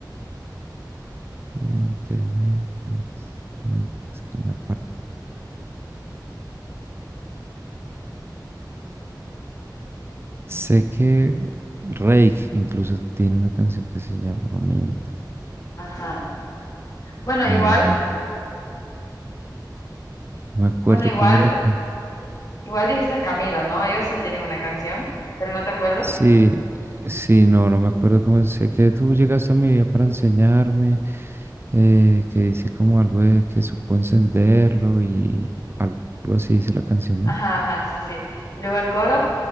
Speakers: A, on the right (about 30°); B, on the left (about 50°).
A: mientes, mientes, mientes con la palabra. Sé que Rake incluso tiene una canción que se llama Mientes,
B: Ajá. Bueno,
A: pero
B: igual,
A: no, no me acuerdo
B: bueno, igual,
A: cómo es la canción.
B: igual dijiste Camila, ¿no? Ellos sí tienen una canción, pero ¿no te acuerdas?
A: Sí, sí, no, no me acuerdo cómo es. Sé que tú llegaste a mi vida para enseñarme, eh, que dice como algo de que supo encenderlo y algo así dice la canción, ¿no?
B: Ajá, ajá, sí, sí. Y luego el coro,